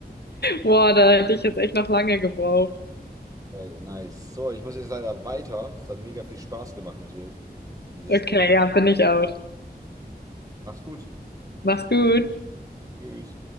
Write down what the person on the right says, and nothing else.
Hey, nice. So, ich muss jetzt leider weiter. Es hat mega viel Spaß gemacht mit dir, dieses
Spiel.
Mach's gut.
Tschüss.